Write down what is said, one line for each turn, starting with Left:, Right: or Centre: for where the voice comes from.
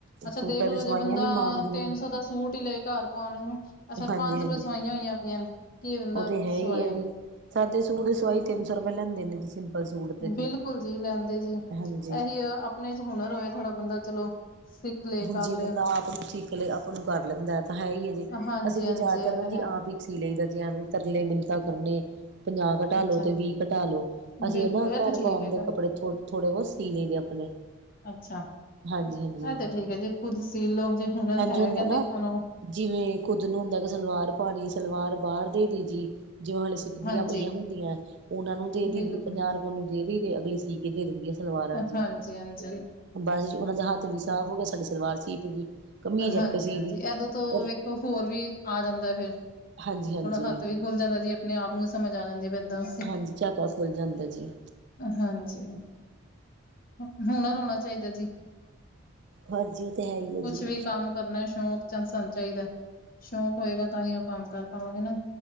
Left: ਅੱਛਾ,
Right: ਸੂਟਾਂ
Left: ਦੇਖ ਲਓ,
Right: ਤੇ ਸਵਾਈਆਂ
Left: ਜੇ ਬੰਦਾ
Right: ਨੀ ਮਾਰਦੀਆਂ
Left: ਤਿੰਨ ਸੌ ਦਾ ਸੂਟ ਹੀ ਲਏ ਘਰ ਪਾਉਣ ਨੂੰ, ਅੱਛਾ,
Right: ਹਾਂਜੀ-ਹਾਂਜੀ
Left: ਪੰਜ ਸੌ ਰੁਪਏ ਸਵਾਈਆਂ ਹੋਈਆਂ ਪਈਆਂ ਨੇ। ਕੀ ਬੰਦਾ
Right: ਉਹ ਤੇ ਹੈ
Left: ਸਵਾਏ
Right: ਹੀ ਹੈ ਜੀ ਸਾਦੇ ਸੂਟ ਦੇ ਸਵਾਈ ਤਿੰਨ ਸੌ ਰੁਪਏ ਲੈਂਦੇ ਨੇ ਜੀ। ਸੂਟ ਦਾ
Left: ਬਿਲਕੁਲ ਜੀ, ਲੈਂਦੇ ਜੇ
Right: ਹਾਂਜੀ।
Left: ਇਹੀ ਆਪਣੇ ਚ ਹੁਨਰ ਹੋਏ ਥੋੜ੍ਹਾ ਬੰਦਾ ਚਲੋ ਸਿੱਖ ਲਏ
Right: ਹਾਜੀ
Left: ਕਰ
Right: ਬੰਦਾ
Left: ਲਏ
Right: ਆਪ ਨੂੰ ਸਿੱਖ ਲੇ ਆਪ ਨੂੰ ਕਰ ਲੈਂਦਾ ਤਾਂ ਹੈ ਹੀ ਜੇ।
Left: ਹਾਂਜੀ
Right: ਅਸੀਂ ਤਾਂ
Left: ਹਾਂਜੀ
Right: ਜ਼ਿਆਦਾਤਰ
Left: ਇਹ
Right: ਨਾ
Left: ਤਾਂ
Right: ਜੀ
Left: ਹੈ
Right: ਆਪ ਹੀ ਇੱਕ ਸੀ ਲਈ ਦਾ ਜੀ ਤਰਲੇ ਮਿੰਨਤਾਂ ਕਰਨੇ। ਪੰਜਾਹ ਕੱਟਾ
Left: ਅੱਛਾ
Right: ਲਓ ਤੇ ਵੀਹ ਕੱਟਾ ਲਓ।
Left: ਬਿਲਕੁਲ
Right: ਅਸੀਂ ਨਾ।
Left: ਇਹ ਤਾਂ
Right: ਘਰ
Left: ਠੀਕ
Right: ਪਾਉਂਦੇ
Left: ਹੈਗਾ,
Right: ਕੱਪੜੇ ਥੋ ਥੋੜੇ ਬਹੁਤ ਸੀ ਲਈਦੇ ਆਪਣੇ,
Left: ਅੱਛਾ।
Right: ਹਾਂਜੀ ਹਾਂਜੀ।
Left: ਇਹ ਤੇ ਠੀਕ ਹੈ ਜੇ ਖੁਦਸੀਲੋ ਜੇ ਹੁਨਰ ਹੈਗਾ
Right: ਹੁੰਦਾ ਨਾ
Left: ਤਾਂ ਇਹਨਾਂ ਨੂੰ।
Right: ਜਿਵੇਂ ਖੁੱਦ ਨੂੰ ਹੁੰਦਾ ਕਿ ਸਲਵਾਰ ਪਾਣੀ ਸਲਵਾਰ ਬਾਹਰ ਦੇ ਦੇ ਜੀ ਜਿਵੇਂ ਹਾਲੇ। ਸਿੱਖਦੀਆਂ
Left: ਹਾਂਜੀ
Right: ਪਈਆਂ ਹੁੰਦੀਆਂ। ਉਹਨਾ ਨੂੰ ਦੇ ਦੇਦੀ
Left: ਬਿਲਕੁਲ।
Right: ਪੰਜਾਹ ਰੁਪਏ ਉਹਨ ਨੂੰ ਦੇਈ ਦੇ ਅਗਲੀ ਸੀ ਕੇ ਦੇ ਦਿੰਦੀ ਆ ਸਲਵਾਰਾਂ ਜੀ।
Left: ਹਾਂਜੀ-ਹਾਂਜੀ,
Right: ਬਸ ਜੀ ਉਹਨਾਂ ਦਾ ਹੱਥ ਵੀ ਸਾਫ਼ ਹੋ ਗਿਆ ਸਾਡੀ ਸਲਵਾਰ ਸੀਪ ਗਈ। ਕਮੀਜ਼
Left: ਹਾਂਜੀ,
Right: ਆਪੇ ਸੀ
Left: ਹਾਂਜੀ,
Right: ਲਈ
Left: ਇਦੋਂ ਤੋਂ
Right: ਪਰ
Left: ਵੇਖੋ, ਹੋਰ ਵੀ ਆ ਜਾਂਦਾ, ਫਿਰ
Right: ਹਾਂਜੀ ਹਾਂਜੀ
Left: ਥੋੜ੍ਹਾ ਹੱਥ ਵੀ। ਭੁੱਲ ਜਾਂਦਾ ਜੀ, ਆਪਣੇ ਆਪ ਨੂੰ ਸਮਝ ਆ ਜਾਂਦੀ ਇੱਦਾਂ।
Right: ਹਾਂਜੀ, ਝਾਕਾ ਖੁੱਲ ਜਾਂਦਾ ਜੀ।
Left: ਹਾਂਜੀ ਹੁਨਰ ਰੋਣਾ ਚਾਹੀਦਾ ਜੀ।
Right: ਹਾਂਜੀ ਉਹ ਤੇ ਹੈ ਹੀ ਹੈ
Left: ਕੁਛ
Right: ਜੀ।
Left: ਵੀ ਕੰਮ ਕਰਨਾ ਸ਼ੌਕ ਚੰਸਾਨੂੰ ਚਾਹੀਦਾ ਸ਼ੌਕ ਹੋਏਗਾ ਤਾਂ ਹੀਂ ਉਹ ਕੰਮ ਕਰ ਪਾਵਾਂਗੇ ਨਾ।